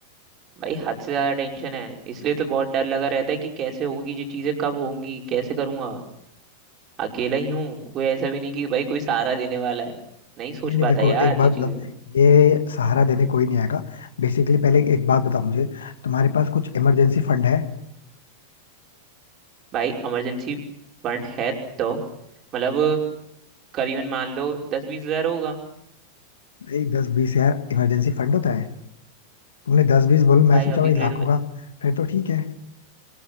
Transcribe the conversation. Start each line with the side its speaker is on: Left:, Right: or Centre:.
Right: भाई हद से ज्यादा टेंशन है इसलिए तो बहुत डर लगा रहता है कि कैसे होगी ये चीजें कब होंगी कैसे करूंगा अकेला ही हूँ कोई ऐसा भी नहीं कि भाई कोई सहारा देने वाला है नहीं सोच
Left: नहीं नहीं
Right: पाता
Left: देखो
Right: यार
Left: एक बात
Right: ये चीजें
Left: बताओ ये सहारा देने कोई नहीं आएगा बेसिकली पहले एक बात बताओ मुझे तुम्हारे पास कुछ इमरजेंसी फंड है
Right: भाई इमरजेंसी फंड है तो मतलब करीबन मान लो दस बीस हजार होगा
Left: भाई दस बीस यार इमरजेंसी फंड होता है तुमने दस बीस बोलो मैं
Right: भाई
Left: सोचा
Right: अभी
Left: भाई
Right: के
Left: लाख
Right: लिए तो मैं-
Left: होगा फिर तो ठीक है